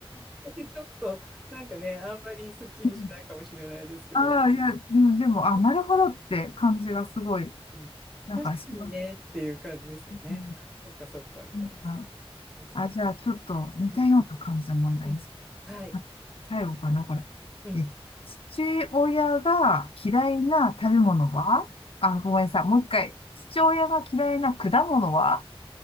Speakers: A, in the centre; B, on the left.
A: <laughs> ちょっと、なんかね、あんまりすっきりしないかもしれないですけど、
B: うんああ、いや、うん、でも、あ、なるほどって感じがすごい、
A: うん、
B: なんかします。
A: 確かにねっていう感じですよね。
B: うん
A: あそっかそっか、みたいな。
B: うん
A: そうそう。
B: あ、じゃあ、ちょっと似たような感じの問題です。
A: うん、うん。はい。
B: あ最後かな、これ。
A: うん。
B: え、父親が嫌いな食べ物はあ、ごめんなさい。もう一回。父親が嫌いな果物は